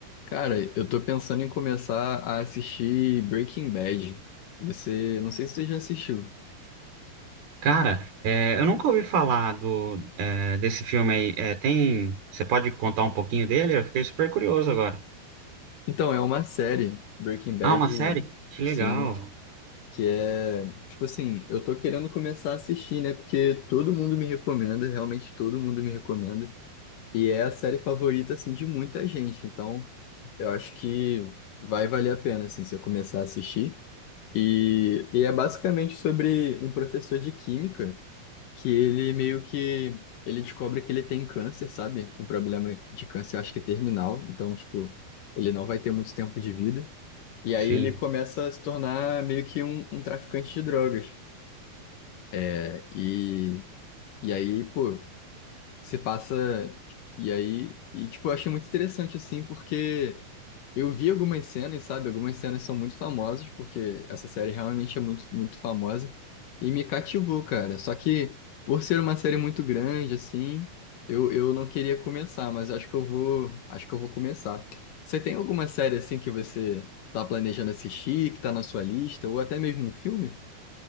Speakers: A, on the left (about 70°); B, on the right (about 75°).
A: Cara, eu tô pensando em começar a assistir Breaking Bad. Você, não sei se você já assistiu.
B: Cara, é, eu nunca ouvi falar do, é, desse filme aí. É, tem, você pode contar um pouquinho dele? Eu fiquei super curioso agora.
A: Então, é uma série, Breaking Bad,
B: Ah, uma série? Que legal.
A: sim, que é, tipo assim, eu tô querendo começar a assistir, né? Porque todo mundo me recomenda, realmente todo mundo me recomenda. E é a série favorita, assim, de muita gente. Então, eu acho que vai valer a pena, assim, se eu começar a assistir. E, e é basicamente sobre um professor de química que ele meio que ele descobre que ele tem câncer, sabe? Um problema de câncer, acho que terminal. Então, tipo, ele não vai ter muito tempo de vida. E
B: Sim.
A: aí ele começa a se tornar meio que um, um traficante de drogas. É, E, e aí, pô. Você passa. E aí. E, tipo, eu achei muito interessante, assim, porque eu vi algumas cenas, sabe? Algumas cenas são muito famosas, porque essa série realmente é muito, muito famosa. E me cativou, cara. Só que, por ser uma série muito grande, assim, eu, eu não queria começar, mas acho que eu vou. Acho que eu vou começar. Você tem alguma série, assim, que você tá planejando assistir, que tá na sua lista, ou até mesmo um filme?